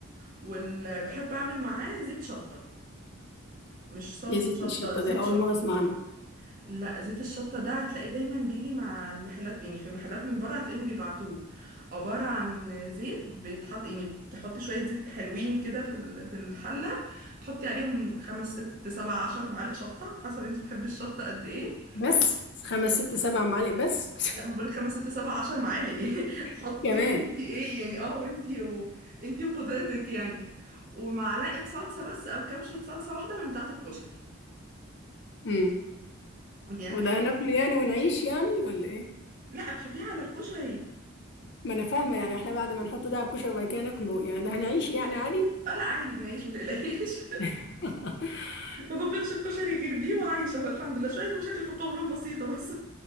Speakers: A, on the right (about 40°); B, on the left (about 55°).
A: وبحب أعمل معاه زيت شطة مش صلصة
B: ايه زيت
A: شطة
B: الشطة
A: زيت
B: دي اول
A: شطة
B: مرة اسمع عنها
A: لا زيت الشطة ده هتلاقيه دايما بيجي مع المحلات يعني في المحلات من بره هتلاقيهم بيبعتوه عبارة عن زيت بيتحط يعني بتحطي شوية زيت حلوين كده في ال- في الحلة تحطي عليهم خمس ست سبع عشر معالق شطة حسب انت بتحبي الشطة قد ايه
B: بس خمس ست سبع معالق بس
A: لا ما بقولك خمس ست سبع عشر معالق <laughs>
B: <laughs>
A: حطي
B: كمان
A: وانتي ايه يعني اه وانتي وانتي وقدرتك يعني ومعلقة صلصة بس او كبشة صلصة واحدة من بتاعة الكشري
B: مم.
A: دي انا
B: وده
A: بحب
B: هناكله يعني ونعيش يعني ولا ايه
A: لا بتحطيها على الكشري
B: ما انا فاهمة يعني احنا بعد ما نحط ده على الكشري وبعد كده ناكله يعني ده هنعيش يعني عادي
A: اه لا عادي بنعيش ما تقلقيش
B: <laughs>
A: ما باكلش الكشري غير بيه وعايشه هو الحمد لله شويه مشاكل في القولون بسيطه بس